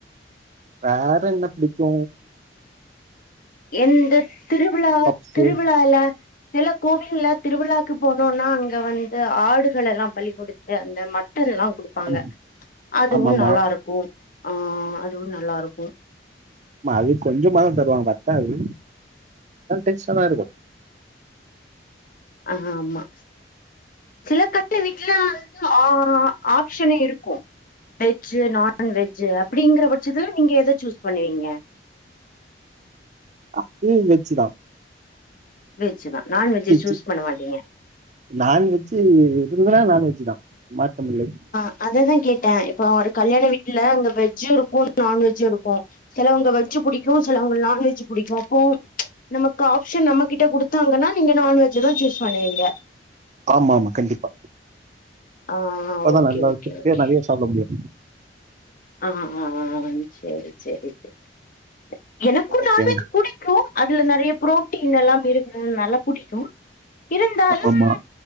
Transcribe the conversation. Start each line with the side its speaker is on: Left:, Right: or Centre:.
Right: வேற என்ன பிடிக்கு
Left: எந்த திருவிழா
Right: பப்ஸு
Left: திருவிழால சில கோவில்ல திருவிழாக்கு போனோனா அங்க வந்து ஆடுகள் எல்லா பலி கொடுத் து அந்த மட்டனல்லா குடுப்பாங்க
Right: ஆம்
Left: அதுவு
Right: ஆமாமா.
Left: நல்லாருக் ஒ ஆ அதுவு நல்லா இருக்கு
Right: அது கொஞ்சமாதா தருவாங்க பத்தாது அது டேஸ்டாதாருக்கு
Left: ஆ ஹா ஆமா சில கட்ல வீட்லல்லா வந்து ஆ ஆப்ஷனே இருக்கு வெஜ்ஜு நான்வெஜு அப்படிங்கற பட்சத்துல நீங்க எத சூஸ் பண்ணுவீங்க
Right: அப்பவு வெஜ்ஜுதா
Left: வெஜ் தா நான்வெஜ்ஜை
Right: ச்சீ
Left: சூஸ்
Right: ச்சீ
Left: பண்ண மாட்டிங்க
Right: நான்வெஜ்ஜு வெஜ்ஜினா நான்வெஜ் தா மாற்றமில்லை
Left: ஆ அததா கேட்டே இப்போ ஒரு கல்யாண வீட்ல அங்க வெஜ்ஜு இருக்கு நான்வெஜ்ஜு இருக்கு செலவங்க வெஜ் புடிக்கு செலவங்கள் நான்வெஜ் புடிக்கு அப்போ நமக்கு ஆப்ஷன் நம்ம கிட்ட குடுத்தாங்கன்னா நீங்க நான்வெஜ தா சூஸ் பண்ணுவீங்க
Right: ஆமாமா கண்டிப்பா
Left: ஆ
Right: அப்பதா
Left: ஓகே
Right: நல்லா
Left: ஓகே
Right: திர்ப்தியா
Left: ஓகே
Right: நறைய சாப்புட முடியு
Left: அ ஆம் செரி செரி செரி எ எனக்கு
Right: ஓகேங்க.
Left: நான்வெஜு புடி கு அதுல நறைய பு புரோட்டின் எல்லாம் இருக்குறனாலா புடிக்கு இருந்தாலும்
Right: ஆமாமா.